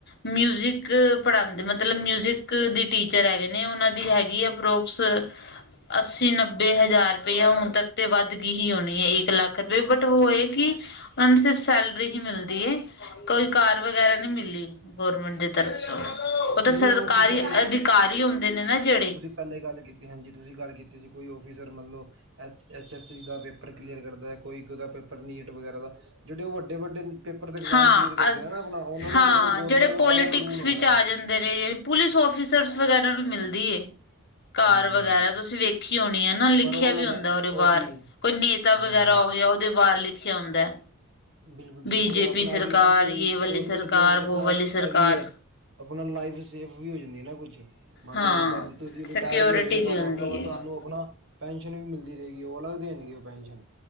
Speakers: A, on the left; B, on the right.
A: ਮਿਊਜਿਕ ਪੜ੍ਹਾਂਦੇ, ਮਤਲਬ ਮਿਊਜਿਕ ਦੀ ਟੀਚਰ ਹੈਗੇ ਨੇਂ ਉਹਨਾਂ ਹੈਗੀ ਆ ਪਰੋਕਸ ਅੱਸੀ-ਨੱਬੇ ਹਜ਼ਾਰ ਰੁਪਇਆ, ਹੁਣ ਤੱਕ ਤੇ ਵੱਧ ਗਈ ਹੀ ਹੋਣੀ ਹੈ ਇੱਕ ਲੱਖ <unintelligible> ਬਟ ਉਹ ਇਹ ਕਿ ਉਹਨਾਂ ਨੂੰ ਸਿਰਫ਼ ਸੈਲਰੀ ਹੀ ਮਿਲਦੀ ਏ, ਕੋਈ ਕਾਰ ਵਗੈਰਾ ਨਈਂ ਮਿਲੀ। ਗੌਰਮੈਂਟ ਦੀ ਤਰਫ ਤੋਂ ਉਹ ਤਾਂ
B: ਨਹੀਂ
A: ਸਰਕਾਰੀ
B: ਆਫਿਸਰ
A: ਅਧਿਕਾਰੀ ਹੁੰਦੇ ਨੇ ਨਾ ਜਿਹੜੇ
B: ਪਹਿਾਂ ਗੱਲ ਕੀਤੀ ਹਾਂਜੀ ਤੁਸੀਂ ਗੱਲ ਕੀਤੀ ਸੀ ਕੋਈ ਔਫਿਸਰ ਮੰਤਲੋ ਐਚਸ ਦਾ ਪੇਪਰ ਕਲੀਅਰ ਕਰਦਾ ਹੈ ਕੋਈਦਾ ਪੇਪਰ ਨੀਟ ਵਗੈਰਾ ਦਾ ਜਿਹੜੇ ਉਹ ਵੱਡੇ ਵੱਡੇ ਪੇਪਰ ਦੇ ਇ ਐਗਜ਼ਾਮ
A: ਹਾਂ
B: ਕਲੀਅਰ ਕਰਦੇ
A: ਅ
B: ਨੇ ਨਾ ਆਪਣਾ ਉਹਨਾ
A: ਹਾਂ
B: ਨੂੰ ਮਤਲਬ ਗੌਰਰਮੈਂਟ
A: ਜਿਹੜੇ ਪੋਲੀਟਿਕਸ
B: ਦਾ ਅਲੱਗ ਰੂਲ ਹੁੰਦਾ
A: ਵਿੱਚ ਆ
B: ਹੈ
A: ਨੇ ਪੁਲਿਸ ਫਿਸਰ ਵਗੈਰਾ ਵੀ ਮਿਲਦੀ ਘ
B: ਹਾਂਜੀ
A: ਵਗੈਰਾ
B: ਹਾਂਜੀ
A: ਤੁਸੀਂ ਵੇਖੀ ਹੋਣੀ ਹੈ ਨਾ ਲਿਖਿਆ
B: ਪਰ ਉਹਨਾਂ
A: ਵੀ
B: ਦਾ
A: ਹੁੰਦਾ ਉਹਦੇ
B: ਉਹ
A: ਬਾਹਰ
B: ਵੀ
A: ਕੋਈ ਨੇਤਾ
B: ਹਾਂਜੀ।
A: ਵਗੈਰਾ ਹੋ ਗਿਆ ਦੇ ਵਾਰ ਲਿਖਿਆ ਆੁੰਦਾ ਹੈ
B: ਬਿਲਕੁਲ ਬਿਲਕੁਲ
A: ਬੀ ਜੇ
B: ਔਰ ਆਪਣਾ
A: ਪੀ ਸਰਕਾਰ
B: ਇਹ ਵੀ ਹੈ ਨਾ ਕਿ ਬਈ
A: ਯੇ ਵਾਲੀ
B: ਗੌਰਰਮੈਂਟ
A: ਸਰਕਾਰ
B: ਜੋਬ ਆਪਣਾ
A: ਵੋ ਵਾਲੀ ਸਰਕਾਰ
B: ਇਹ ਵੀ ਹੈ ਆਪਣਾ ਲਾਈਫ ਸੇਫ ਵੀ ਹੋ ਜਾਂਦੀ ਹੈ ਨਾ ਕੁਛ ਮਤਲਬ
A: ਹਾਂ
B: ਹੁਣ ਤੁ ਤੁਸੀਂ ਰਿਟਾਇਰ
A: ਸਕਿਓਰਿਟੀ
B: ਵੀ ਹੋ ਜਾ ਤੁਹਾਨੂੰ
A: ਹੁੰਦੀ
B: ਉਸ ਤੋਂ ਬਾਅਦ ਤੁਹਾਨੂੰ
A: ਹੈ।
B: ਆਪਣਾ ਪੈਨਸ਼ਨ ਵੀ ਮਿਲ ਰਹੇਗੀ ਉਹ ਲੱਗਦੀਆਂ ਨੇਗੇ ਉਹ ਪੈਨਸ਼ਨ